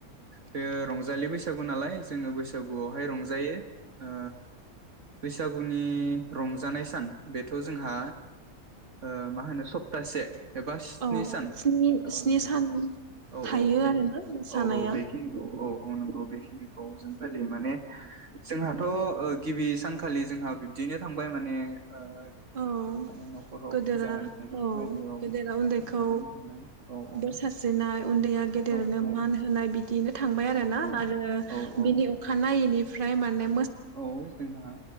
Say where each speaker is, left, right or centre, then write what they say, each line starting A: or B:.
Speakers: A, on the right; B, on the right.
A: बे रंजालि बैसागु नालाय जोङो बैसाग बसागुआवहाय रंजायो। ओ बैसागुनि रंजानाय सान बेथ' जोंहा ओ मा होनो सप्तासे एबा स्नि
B: औ
A: सान
B: स्नि स्नि
A: बे
B: सान
A: औ
B: थायो
A: औ बे
B: आरोना मोसानाया
A: औ औ बेखिनिखौ औ औ नंगौ बेखिनिखौ जों फलियो माने। जोंहाथ'ओ गिबि सानखालि जोंहा <unintelligible> बिदिनो थांबाय माने ओ।
B: औ <unintelligible>
A: माने न'खराव फुजा होनाय बेफोरबायदियाव
B: उन्दैखौ
A: बेनो थांबाय औ औ
B: बोर सारस्रिनाय उन्दैया गेदेरनो
A: औ औ
B: मान होनाय बिदिनो थांबाय आरो
A: औ
B: ना
A: औ
B: आरो
A: औ औ
B: बिनि अखाानायनायैनि। फ्राय माने
A: औ जोंहा